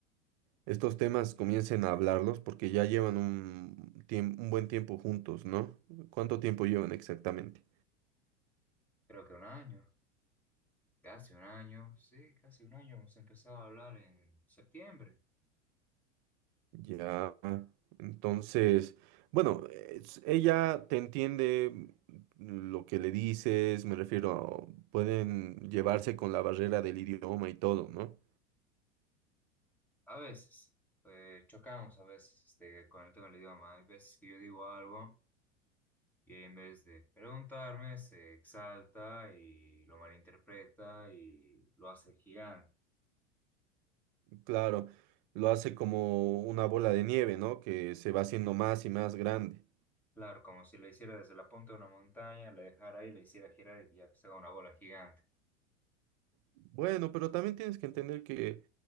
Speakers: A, on the right; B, in the centre.
A: estos temas comiencen a hablarlos porque ya llevan un, tiemp- un buen tiempo juntos, ¿no? ¿Cuánto tiempo llevan exactamente?
B: Creo que un año, casi un año, sí, casi un año, hemos empezado a hablar en septiembre.
A: Ya, entonces, bueno, es- ella te entiende mm, lo que le dices, me refiero, pueden llevarse con la barrera del idioma y todo, ¿no?
B: A veces, eh, chocamos a veces este, con el tema del idioma. Hay veces que yo digo algo. Y en vez de preguntarme, se exalta y lo malinterpreta y lo hace gigante.
A: Claro, lo hace como una bola de nieve, ¿no? Que se va haciendo más y más grande.
B: Claro, como si lo hiciera desde la punta de una montaña, le dejara ahí, le hiciera girar y ya que se haga una bola gigante.
A: Bueno, pero también tienes que entender que